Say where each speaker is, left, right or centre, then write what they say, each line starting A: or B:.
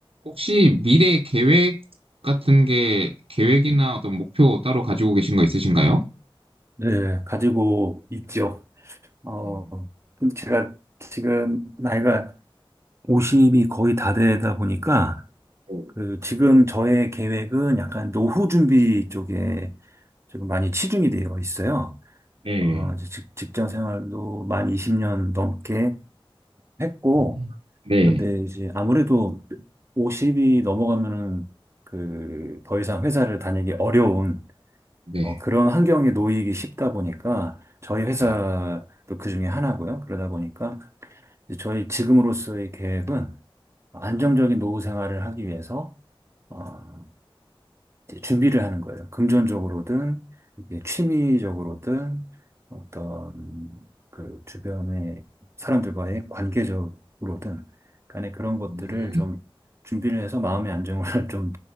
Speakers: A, on the right; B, on the right.
A: 혹시 미래 계획 같은 게 계획이나 어떤 목표 따로 가지고 계신 거 있으신가요?
B: 네, 가지고 있죠. 어,
A: 음,
B: 근데 제가 지금 나이가 50이 거의 다 되다 보니까,
A: 네.
B: 그, 지금 저의 계획은 약간 노후 준비 쪽에 지금 많이 치중이 되어 있어요.
A: 네,
B: 어, 이제 직, 직장 생활도 만 20년 넘게 했고,
A: 음, 네,
B: 그런데 이제 아무래도 50이 넘어가면은 그, 더 이상 회사를 다니기 어려운
A: 네,
B: 뭐 그런 환경에 놓이기 쉽다 보니까 저희 회사도
A: 네.
B: 그 중에 하나고요. 그러다 보니까 이제 저희 지금으로서의 계획은 안정적인 노후 생활을 하기 위해서 어, 이제 준비를 하는 거예요. 금전적으로든 이게 취미적으로든 어떤 그 주변의 사람들과의 관계적으로든 간에 그런 것들을
A: 음,
B: 좀 준비를 해서 마음의 안정을 <laughs> 좀,